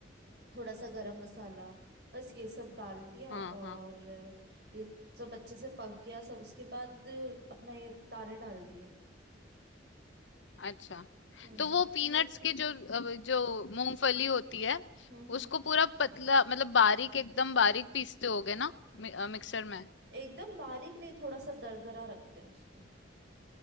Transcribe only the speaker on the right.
थोड़ा सा गरम मसाला बस ये सब डाल दिया
और
ये सब अच्छे से पक गया सब उसके बाद अपना ये दाने डाल दिए
हम्म
That's it
हम्म हम्म
एकदम बारीक नहीं थोड़ा सा दरदरा रखते हैं उसको